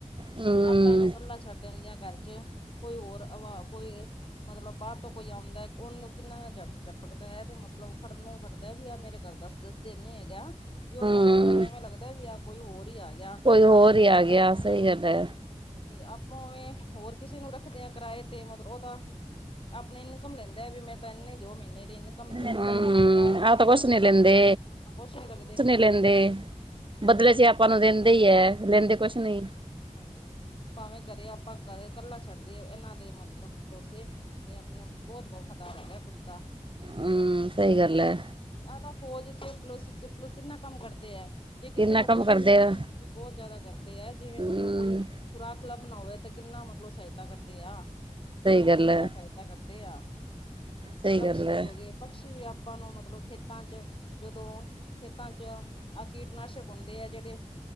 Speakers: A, on the right; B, on the left.
A: ਹਮ
B: ਆਪਾਂ ਏਨੂੰ ਕੱਲਾ ਛੱਡ ਦੇਨੇ ਆਂ ਘਰ ਚ ਕੋਈ ਹੋਰ ਆਵਾਰਾ ਕੋਈ ਮੱਤਲਬ ਬਾਰ ਤੋਂ ਕੋਈ ਆਂਦਾ ਐ ਓਨੂੰ ਕਿੰਨਾ ਜ ਜਪਕੱਦਾ ਐ ਤੇ ਮੱਤਲਬ ਫੜਨ ਨੂੰ ਫੜੱਦਾ ਵੀ ਆਹ ਮੇਰੇ ਘਰ ਦੱਸ ਦੱਸ ਦਿਨ ਨੀ ਹੈਗਾ। ਵੀ ਉਹਨੂੰ
A: ਹਮ
B: ਮੱਤਲਬ ਐਵੇਂ ਲੱਗਦਾ ਵੀ ਆਹ ਕੋਈ ਹੋਰ ਹੀ ਆ ਗਿਆ
A: ਕੋਈ ਹੋਰ
B: ਤੇ
A: ਹੀ ਆ
B: ਹਾਂਜੀ
A: ਗਿਆ ਸਹੀ ਗੱਲ ਹੈ
B: ਤੇ ਆਪਾਂ ਵੀ ਹੋਰ ਕਿਸੇ ਨੂੰ ਰੱਖਦੇ ਆਂ ਕਿਰਾਏ ਤੇ ਮੱਤਲਬ ਉਹ ਤਾਂ ਆਪਨੀ ਇਨਕਮ ਲੈਂਦਾ, ਵੀ ਮੇਰੇ ਤਾਂ ਇਹਨੇ ਦਿਓ ਮਹੀਨੇ ਦੀ ਇਨਕਮ। ਦਿਓ
A: ਹਮ
B: ਤੇ ਆ ਵੇਖ
A: ਆਹ
B: ਲਓ
A: ਤਾਂ ਕੁਛ
B: ਪਸ਼ੂ
A: ਨੀ ਲੈਂਦੇ
B: ਆ ਕੁਛ ਨੀ ਲੱਗਦੇ।
A: ਲੈਂਦੇ,
B: ਹਾਂਜੀ
A: ਬਦਲੇ ਚ ਆਪਾਂ ਨੂੰ ਦੇਂਦੇ ਹੀ ਐ
B: ਦਿੰਦੇ
A: ਲੈਂਦੇ ਕੁਛ ਨੀ।
B: ਹੀ ਹੈ ਹਾਂਜੀ, ਭਾਵੇਂ ਘਰੇ ਆਪਾਂ ਗੱਲ ਕੱਲਾ ਛੱਡ ਦਈਏ ਏਨਾਂ ਦੇ ਮਤਲਬ ਭਰੋਸੇ ਤੇ ਆਪਣੇ ਬਹੋਤ ਵਫ਼ਾਦਾਰ ਹੈਗਾ ਕੁੱਤਾ।
A: ਹੂੰ, ਸਹੀ ਗੱਲ ਐ।
B: ਆਹ ਤਾਂ ਫੌਜ ਚ, ਪੁਲਿਸ ਚ <unintelligible> ਕਿੰਨਾ ਕੰਮ ਕਰਦੇ ਐ। ਜੇ ਕਿਸੇ
A: ਕਿੰਨਾ
B: ਨੂੰ
A: ਕੰਮ
B: ਕੁਛ,
A: ਕਰਦੇ ਆ
B: ਹਾਂਜੀ ਬੋਤ ਜਾਦਾ ਕਰਦੇ ਹੈ
A: ਹਮ
B: ਜਿਵੇਂ ਮਤਲਬ ਕੋਈ ਸੁਰਾਖ ਲੱਭਣਾ ਹੋਵੇ ਤੇ ਕਿੰਨਾ ਮਤਲਬ ਸਹਾਇਤਾ ਕਰਦੇ ਆ,
A: ਸਹੀ
B: ਬੋਤ
A: ਗੱਲ
B: ਜਾਦਾ
A: ਹੈ
B: ਫਾਇਦਾ ਤਾ ਕਰਦੇ ਆ,
A: ਸਹੀ
B: ਪਕਸ਼ੀ
A: ਗੱਲ ਹੈ
B: ਹੋ ਗੇ। ਪਕਸ਼ੀ ਵੀ ਆਪਾਂ ਨੂੰ ਮਤਲਬ ਖੇਤਾਂ ਚ ਜਦੋਂ ਖੇਤਾਂ ਚ ਆਹ ਕੀਟਨਾਸ਼ਕ ਹੁੰਦੇ ਆ ਜਿਹੜੇ